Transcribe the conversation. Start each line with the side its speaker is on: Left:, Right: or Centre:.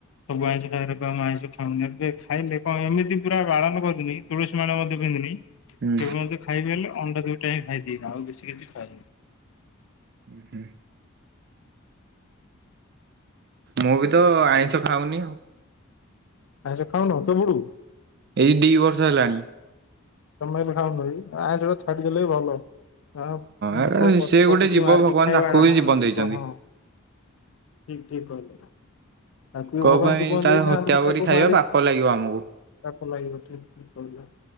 Left: ସବୁ ଆଇଁଷ ଖାଏ ଏବେ ଆଉ ଆଇଁଷ ଖାଉନି ଏବେ ଖାଇଲେ କଣ ଏମିତି ପୁରା ବାରଣ କରିଦେଲି ତୁଳସୀ ମାଳ ମଧ୍ୟ ପିନ୍ଧିନି କେବେଳ
Right: ହୁଁ
Left: ତ ଖାଇବି ହେଲେ ଅଣ୍ଡା ଦୁଇଟା ଖାଇଦିଏ। ଆଉ ବେଶୀ କିଛି ଖାଏନି।
Right: ହୁଁ। ମୁଁ ବି ତ ଆଇଁଷ ଖାଉନି ଆଉ।
Left: ଆଇଁଷ ଖାଉନ କେବେଠୁ?
Right: ଏଇ ଦି ବର୍ଷ ହେଲାଣି।
Left: ତମେ ଏବେ ଖାଉନ କି? ଆଇଁଷ ଟା ଛାଡିଦଲେ ବି ଭଲ। ହଁ
Right: ଏଟା
Left: କୋଉ ପଶୁପକ୍ଷୀକି
Right: ସେ ଗୋଟେ ଜୀବ
Left: ମାରିକି
Right: ଭଗବାନ
Left: ଖାଇବାଡା
Right: ତାକୁ ବି
Left: ହଁ
Right: ଜୀବନ ଦେଇଛନ୍ତି।
Left: ଯିବ ହଁ। ଠିକ ଠିକ କହିଲେ। ତାକୁ ବି
Right: କୋଉ
Left: ଭଗବାନ
Right: ପାଇଁ
Left: ଜୀବନ
Right: ତା
Left: ଦେଇଚ
Right: ହତ୍ୟା
Left: ଆମେ
Right: କରି
Left: ତାକୁ
Right: ଖାଇବା
Left: ମାରିକି
Right: ପାପ ଲାଗିବ ଆମକୁ
Left: ପାପ ଲାଗିବଟିି।